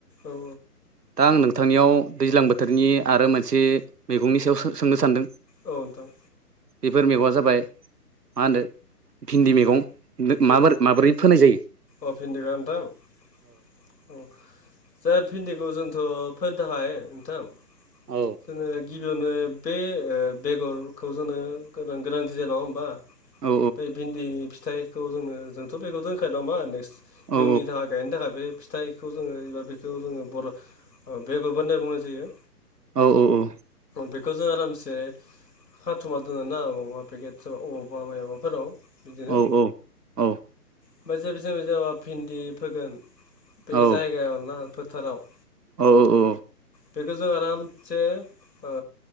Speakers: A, on the left (about 90°); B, on the right (about 75°).
A: औ
B: दा आं नों थांनियाव दैज्लां बोथोरनि आरो मोनसे मैगंनि सायाव सो-सोंनो सानदों?
A: औ नोंथां
B: बेफोर मेगङा जाबाय मा होनदो भिन्दि मेगं माबोरै
A: औ
B: माबोरै फोनाय जायो?
A: अ भिनदि ना नोंथां औ जाय भिन्दिखौ जोंथ' फोनो थाखाय नोंथां
B: औ
A: जोङो गिबियावनो बे ओ बेगरखौ जोंनो गोनां-गोनांथि जायो नङा होमबा
B: औ
A: बे भिन्दि फिथाइखौ जोंनो जोंथ' बेखौ दोनखायो नङा होमबा नेक्स्ट
B: औ
A: इउननि थाखाय गायनो थाखाय बे फिथाइखौ जोङो एबा बेखौ जोङो बर' बेगर होननाय बुंनाय जायो।
B: औ औ औ
A: बेखौ जों आरामसे खाथुमना दोनो ना अबावबा पेकेट फोराव अबावबा माबाफोराव बिदिनो
B: औ औ औ
A: ओमफ्राय जेबो जेबो जाबा भिन्दि फोगोन बे
B: औ
A: जायगायाव ना फोथाराव
B: औ औ औ
A: बेखौ जों आरामसे ओ